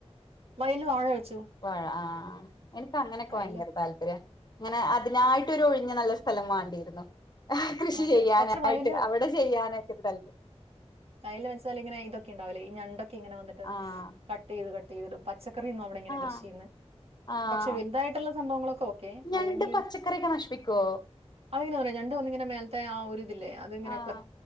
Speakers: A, on the right; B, on the left.
A: വയലിൽ വാഴ വെച്ചു
B: വഴ ആഹ് എനിക്ക്
A: ആ
B: അങ്ങനെയൊക്കെ
A: വയലില്
B: ഭയങ്കര താല്പര്യാ അങ്ങനെ അതിനായിട്ട് ഒരു ഒഴിഞ്ഞ നല്ല സ്ഥലം വാണ്ടിയിരുന്നു കൃഷി
A: അതെ
B: ചെയ്യാനായിട്ട്
A: പക്ഷെ വയലില്
B: അവിടെ ചെയ്യാനൊക്കെ ണ്ടല്ലോ
A: വയൽ വെച്ചാൽ ഇങ്ങനെ ഇതൊക്കെ ഉണ്ടാവില്ലേ ഈ ഞണ്ടൊക്കെ ഇങ്ങെനെ വന്നിട്ട്
B: ആഹ്
A: കട്ട് ചെയ്ത് കട്ട് ചെയ്തിടും പച്ചക്കറിയൊന്നും അവിടെ ഇങ്ങനെ
B: ആഹ്
A: കൃഷി ചെയ്യുന്നെ
B: ആഹ്
A: പക്ഷെ വലുതായിട്ടുള്ള സംഭവങ്ങളൊക്കെ ക്കെ
B: ഞണ്ട്
A: അല്ലെങ്കി
B: പച്ചക്കറിയൊക്കെ നശിപ്പിക്കോ
A: ആദ്യം ഇങ്ങനെ പറിം ഞണ്ട് വന്ന് മേലത്തെ ആ ഒരു ഇതില്ലേ അത്ങ്ങനെ
B: ആഹ്
A: പ്ല